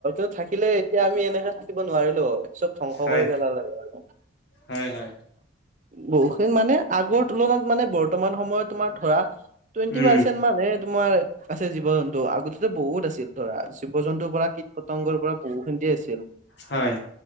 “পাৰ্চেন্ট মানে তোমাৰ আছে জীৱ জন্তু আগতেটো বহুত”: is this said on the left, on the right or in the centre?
Right